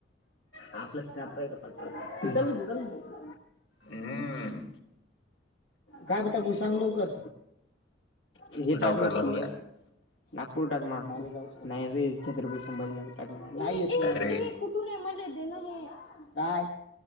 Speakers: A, on the left; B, on the left.
A: आपला स्क्रॅप राहिला पत्र्याचा. करून घेऊ. करून घेऊ.
B: हम्म.
A: काय ब टाकू सांग लवकर हे
B: लवकर
A: टाक ना
B: लवकर
A: पुणे नागपूर टाकमा नाही रे छत्रपती संभाजीनगर टाक य
B: अरे
A: कुठ म दे ना हे काय